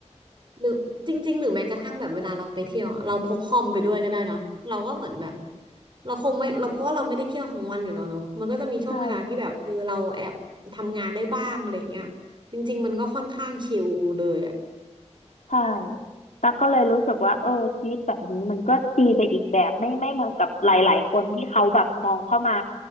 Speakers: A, on the right; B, on the left.
A: หรือจริงๆหรือแม้กระทั่งแบบเวลาเราไปเที่ยวอะเราพกคอมไปด้วยก็ได้เนอะเราก็เหมือนแบบเราคงไม่เราเพราะว่าเราไม่ได้เที่ยวทั้งวันอยู่แล้วเนาะมันก็จะมีช่วงเวลาที่แบบเออเราแอบทำงานได้บ้างอะไรเงี้ยจริงๆมันก็ค่อนข้างชิลเลยอ่ะ
B: ใช่ ใช่ตั๊กก็เลยรู้สึกว่าเออชีวิตแบบนี้มันก็ดีไปอีกแบบไม่ไม่เหมือนกับหลายๆคนที่เขาแบบมองเข้ามา